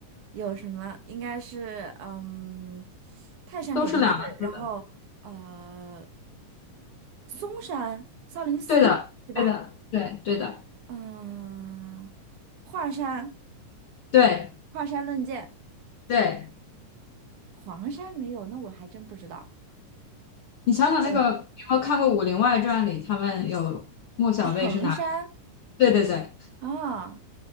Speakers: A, on the right; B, on the left.
A: 有什么？应该是，嗯，泰山肯定是，
B: 都是两个字的。
A: 然后呃，嵩山、少林寺是吧？
B: 对的，对的，对，对的，
A: 嗯、华山、
B: 对
A: 华山论剑，
B: 对。
A: 黄山没有，那我还真不知道。
B: 你想想那个，
A: 衡
B: 你有没有看过《武林外传》里他们有莫小贝是哪儿？
A: 衡山
B: 对对对，
A: 啊，